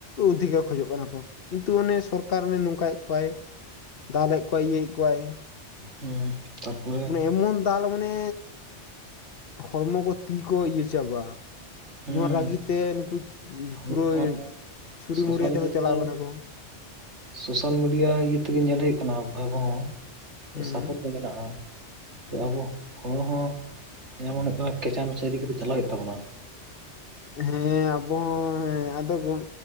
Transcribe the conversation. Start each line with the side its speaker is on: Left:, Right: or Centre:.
Left: ᱚᱫᱷᱤᱠᱟᱨ ᱠᱷᱚᱡᱚᱜ ᱠᱟᱱᱟ ᱠᱚ᱾ ᱠᱤᱱᱛᱩ ᱚᱱᱮ ᱥᱚᱨᱠᱟᱨ ᱚᱱᱮ ᱱᱚᱝᱠᱟᱭᱮᱫ ᱠᱚᱣᱟᱭ ᱫᱟᱞᱮᱜ ᱠᱚᱣᱟᱭ, ᱤᱭᱟᱹᱭᱮᱜ ᱠᱚᱣᱟᱭ,
Right: ᱦᱮᱸ᱾ ᱛᱟᱯᱚᱨᱮ
Left: ᱢᱟᱱᱮ ᱮᱢᱚᱱ ᱫᱟᱞ ᱢᱟᱱᱮ ᱦᱚᱲᱢᱚ ᱠᱚ ᱛᱤ ᱠᱚ ᱤᱭᱟᱹ ᱪᱟᱵᱟ᱾
Right: ᱦᱮᱸ
Left: ᱱᱚᱣᱟ ᱨᱟᱹᱜᱤ ᱛᱮ ᱱᱩᱠᱩ
Right: ᱟᱹᱞᱤᱧ
Left: ᱯᱩᱨᱟᱹ
Right: ᱦᱚᱸ
Left: ᱪᱷᱩᱨᱤ
Right: ᱥᱳᱥᱟᱞ
Left: ᱢᱩᱨᱤ ᱟᱛᱮ
Right: ᱢᱤᱰᱤᱭᱟ
Left: ᱠᱚ ᱪᱟᱞᱟᱣ ᱠᱟᱱᱟ ᱠᱚ᱾
Right: ᱥᱳᱥᱟᱞ ᱢᱤᱰᱤᱭᱟ ᱤᱭᱟᱹ ᱛᱮᱜᱮ ᱧᱮᱞ ᱦᱩᱭᱩᱜ ᱠᱟᱱᱟ ᱟᱵᱚ ᱦᱚᱸ
Left: ᱦᱩᱸ
Right: ᱛᱚ ᱥᱟᱯᱚᱴ ᱫᱚ ᱢᱮᱱᱟᱜᱼᱟ᱾ ᱛᱚ ᱟᱵᱚ ᱦᱚᱲ ᱦᱚᱸ ᱡᱮᱢᱚᱱ ᱦᱩᱭᱩᱜ ᱠᱟᱱᱟ, ᱠᱮᱪᱟ ᱢᱮᱪᱟ ᱤᱫᱤ ᱠᱟᱛᱮᱫ ᱪᱟᱞᱟᱣ ᱦᱩᱭᱩᱜ ᱛᱟᱵᱚᱱᱟ᱾
Left: ᱦᱮᱸ ᱟᱵᱚ ᱦᱚᱸ ᱦᱮᱸ ᱟᱫᱚᱵᱚᱱ